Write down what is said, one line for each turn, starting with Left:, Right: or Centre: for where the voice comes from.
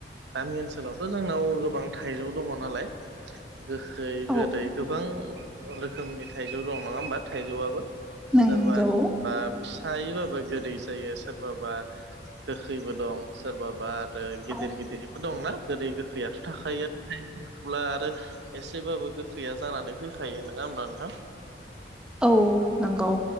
Right: गामि ओनसोलावथ' जोंनाव गोबां थाइजौ दङ' नालाय गोखै गोदै
Centre: औ
Right: गोबां रोखोमनि थाइजौ दं नङा होमबा थाइजौआबो
Centre: नंगौ
Right: सोरबा बा हायोबाबो गोदै जायो सोरबाबा गोखैबो दं सोरबाबा आरो गिदिर
Centre: औ
Right: गिदिरबो दंना गोदै गोखैयाथ' थाखायो अब्ला आरो एसेबाबो गोखैया जानानै फैखायो नङा होमब्ला नोंथां
Centre: औ नंगौ